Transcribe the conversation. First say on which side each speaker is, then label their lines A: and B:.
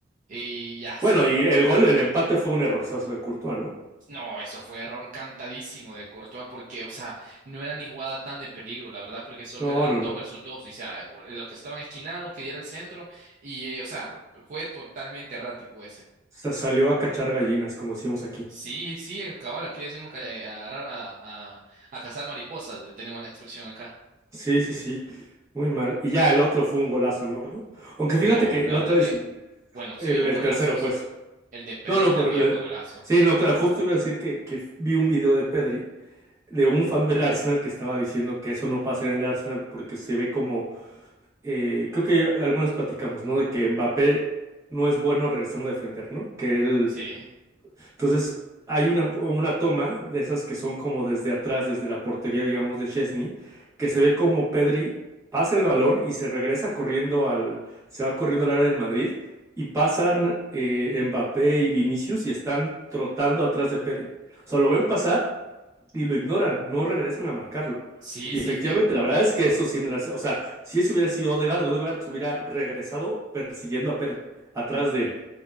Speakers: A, on the right; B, on the right.
A: Y ya sí,
B: Bueno,
A: ¿verdad?
B: y el gol, el empate fue un errorzazo de Courtois, ¿no?
A: No, eso fue error cantadísimo de Courtois porque, o sea, no era ni jugada tan de peligro, la verdad, porque solo
B: No,
A: eran
B: no, no.
A: dos versus dos, o sea, o- los que estaban esquinados, que diera el centro, y, eh, o sea, fue totalmente errático ese.
B: Sa- salió a cachar gallinas, como decíamos aquí.
A: Sí, sí, cabal, aquí le decimos que eh, agarrar a, a, a cazar mariposas, tenemos la expresión acá.
B: Sí, sí, sí. Muy mal. Y ya el otro fue un golazo, ¿no? Aunque fíjate
A: No,
B: que
A: la
B: la
A: verdad
B: otra vez,
A: que, bueno,
B: el,
A: sí hubieron
B: el
A: golazos.
B: tercero, pues.
A: El de Pedri
B: No, no,
A: también
B: por el-
A: fue golazo.
B: Sí, no, claro, justo iba a decir que, que vi un video de Pedri, de un fan del Arsenal que estaba diciendo que eso no pasaría en el Arsenal porque se ve como, eh, creo que algunos platicamos, ¿no? De que Mbappé no es bueno regresando a defender, ¿no? Que él
A: Sí,
B: entonces, hay una, una toma de esas que son como desde atrás, desde la portería, digamos, de Chesney, que se ve como Pedri pasa el balón y se regresa corriendo al, se va corriendo al área del Madrid y pasan eh, Mbappé y Vinicius y están trotando atrás de Pedri. O sea, lo ven pasar y lo ignoran, no regresan a marcarlo.
A: sí,
B: Y
A: sí,
B: efectivamente,
A: fí-
B: la verdad es que eso sí en el Arsenal- o sea, si eso hubiera sido Odegaard, Odegaard se hubiera regresado persiguiendo a Pedri, atrás de él.